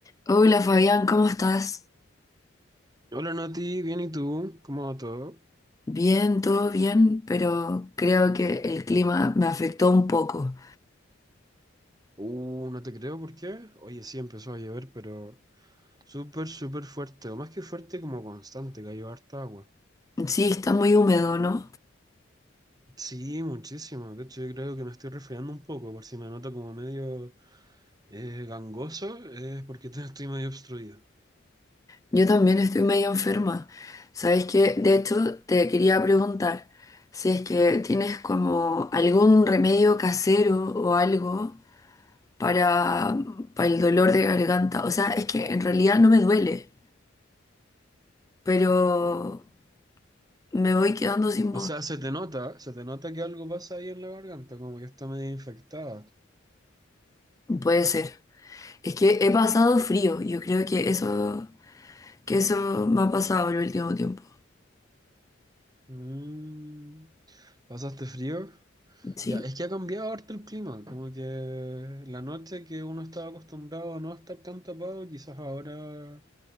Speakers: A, on the left; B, on the right.
A: Hola Fabián, ¿cómo estás?
B: Hola Nati, bien ¿y tú? ¿Cómo va todo?
A: Bien, todo bien, pero creo que el clima me afectó un poco.
B: Uh, no te creo, ¿por qué? Oye, sí empezó a llover, pero súper, súper fuerte, o más que fuerte, como constante, cayó harta agua.
A: Sí, está muy húmedo, ¿no?
B: Sí, muchísimo, de hecho yo creo que me estoy resfriando un poco, por si me noto como medio eh, gangoso, es porque <laughs> te- estoy medio obstruido.
A: Yo también estoy medio enferma. ¿Sabes qué? De hecho, te quería preguntar si es que tienes como algún remedio casero o algo para, para el dolor de garganta. O sea, es que en realidad no me duele, pero me voy quedando sin
B: O
A: voz.
B: sea, se te nota, se te nota que algo pasa ahí en la garganta, como que está medio infectada.
A: Puede ser. Es que he pasado frío, yo creo que eso... Que eso me ha pasado el último tiempo.
B: Mm, ¿Pasaste frío?
A: Sí,
B: Ya, es que ha cambiado harto el clima, como que la noche que uno estaba acostumbrado a no estar tan tapado, quizás ahora